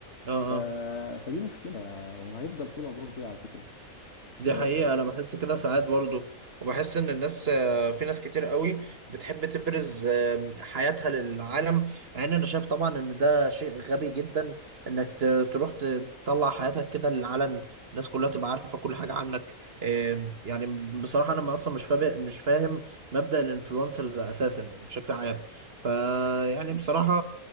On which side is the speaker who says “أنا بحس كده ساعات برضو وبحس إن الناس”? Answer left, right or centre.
Right